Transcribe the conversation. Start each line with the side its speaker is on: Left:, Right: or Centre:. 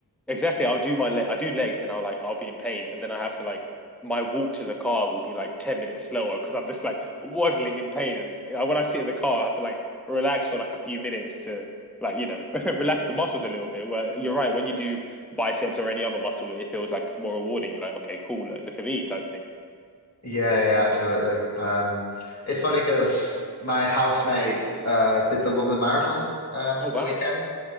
Centre: Exactly. I'll do my leg. I do legs, and I'll like I'll be in pain, and then I have to like my walk to the car will be like ten minutes slower because I'm just like waddling in pain, and I, when I sit in the car, I have to like relax for like a few minutes to like you know <laughs> relax the muscles a little bit. Where you're right, when you do biceps or any other muscle, it feels like more rewarding. You're like, okay, cool, look, look at me type thing.
Left: Yeah, yeah, absolutely. Um, it's funny because my housemate uh, did the London Marathon um,
Centre: Oh
Left: at
Centre: wow,
Left: the weekend,